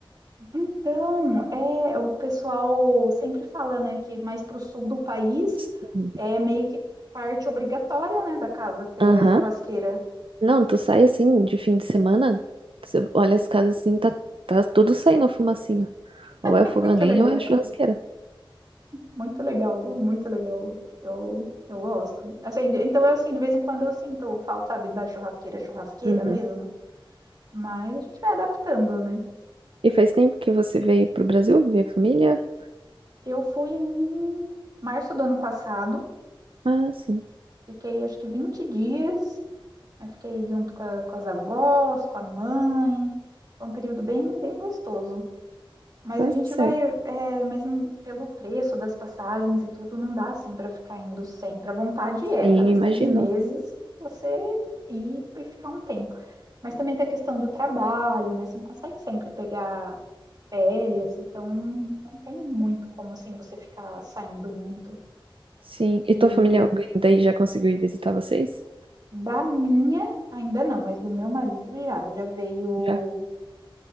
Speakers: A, on the right; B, on the right.
A: Então, é, o pessoal sempre fala, né, que mais pro sul do país
B: Sim.
A: é meio que parte obrigatória, né, da casa ter
B: Aham.
A: a churrasqueira. <laughs>
B: Não, tu sai assim de fim de semana, você olha as casas assim, tá, tá tudo saindo fumacinho. Ou
A: É
B: é o fogão
A: muito
B: a lenha
A: legal.
B: ou é a churrasqueira.
A: Muito legal, muito legal. Eu, eu gosto. Assim, de- então, assim, de vez em quando eu sinto falta, sabe, da churrasqueira, churrasqueira
B: Uhum.
A: mesmo. Mas a gente vai adaptando, né?
B: E faz tempo que você veio pro Brasil ver família?
A: Eu fui em março do ano passado,
B: Ah, sim,
A: fiquei acho que 20 dias. Aí fiquei junto com, a- com as avós, com a mãe. Foi um período bem, bem gostoso. Mas
B: tá
A: a gente
B: certo.
A: vai, é, mas não- pelo preço das passagens e tudo, não dá assim para ficar indo sempre. A vontade
B: Sim,
A: é, a cada
B: imagino.
A: seis meses você ir e ficar um tempo. Mas também tem a questão do trabalho, né? Você não consegue sempre pegar férias, então não tem muito como assim você ficar saindo muito.
B: Sim. E
A: E
B: tua família, alguém daí já conseguiu ir visitar vocês?
A: da minha, ainda não, mas do meu marido já. Já veio
B: Já.